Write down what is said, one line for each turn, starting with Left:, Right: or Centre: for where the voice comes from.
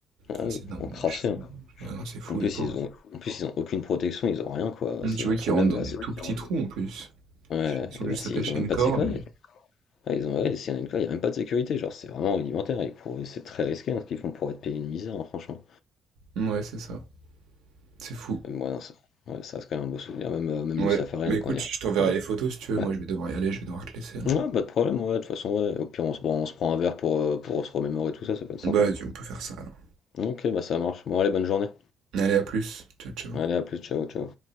Left: Ah
Right: Ah,
Left: oui,
Right: c'est dingue.
Left: encrassé,
Right: je-
Left: hein.
Right: Ouais, non, c'est fou,
Left: En plus,
Right: les pauvres.
Left: ils ont, en plus, ils ont aucune protection, ils ont rien, quoi.
Right: Hum,
Left: S'il
Right: Tu
Left: y
Right: vois
Left: a un
Right: qu'ils
Left: problème,
Right: rentrent
Left: Ouais, bah,
Right: dans des
Left: c'est. des...
Right: tout petits trous en plus.
Left: Ouais,
Right: Ils sont
Left: et
Right: juste
Left: bah, si,
Right: attachés
Left: ils ont même
Right: à une
Left: pas
Right: corde
Left: de sécurité.
Right: et...
Left: Ah, ils ont, ouais, s'il y en a une quoi, il y a même pas de sécurité. Genre, c'est vraiment rudimentaire. Et pour- c'est très risqué hein, ce qu'ils font pour être payés une misère, hein, franchement.
Right: Ouais, c'est ça. C'est fou.
Left: Même moi, non, ça, ouais, ça reste quand même un beau souvenir. Même, euh, même
Right: Ouais,
Left: le safari,
Right: mais
Left: hein,
Right: écoute,
Left: quand on y
Right: je je t'enverrai
Left: quand on
Right: les
Left: y-
Right: photos si tu
Left: Ouais.
Right: veux. Moi, je vais devoir y aller, je vais devoir te laisser là.
Left: Ouais, pas de problème, ouais, de toute façon, ouais. Au pire, on se, prend, on se prend un verre pour, euh, pour se remémorer tout ça, ça peut être sympa.
Right: Bah, vas-y, on peut faire ça alors.
Left: Ok, bah ça marche. Bon, allez, bonne journée.
Right: Allez, à plus. Ciao, ciao.
Left: Allez, à plus, ciao, ciao.